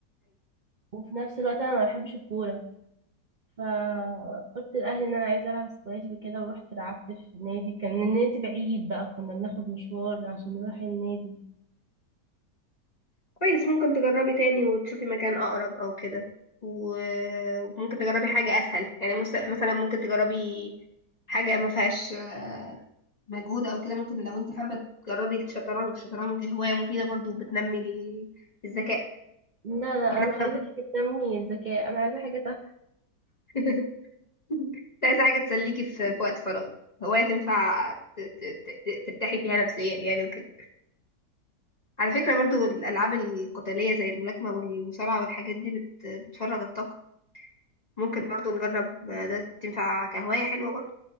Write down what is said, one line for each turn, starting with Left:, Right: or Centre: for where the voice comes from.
Right: وفي نفس الوقت انا ما بحبش الكوره فقلت لأهلي إن أنا عايزة ألعب سكواش وكده ورحت لعبت في نادي كان النادي بعيد بقى كنا بناخد مشوار عشان نروح النادي
Left: كويس ممكن تجربي تاني وتشوفي مكان أقرب أو كده و- وممكن تجربي حاجة أسهل يعني مس- مثلا ممكن تجربي حاجة ما فيهاش آه، مجهود أو كده ممكن لو أنت حابة تجربي الشطرنج الشطرنج هواية مفيدة برضو وبتنمي ال- الذكاء
Right: لا لا
Left: يعني
Right: أنا مش عايزة حاجة تنمي الذكاء أنا عايزة حاجة تفهم
Left: <laughs> أنت عايزة حاجة تسليكي في في وقت فراغ هواية تنفع ت- ت- ت- ت- ترتاحي فيها نفسيا يعني وكده على فكرة برضو الألعاب القتالية زي الملاكمة والمصارعة والحاجات دي بت- بتفرغ الطاقة ممكن برضو نجرب آه، ده تنفع كهواية حلوة برضو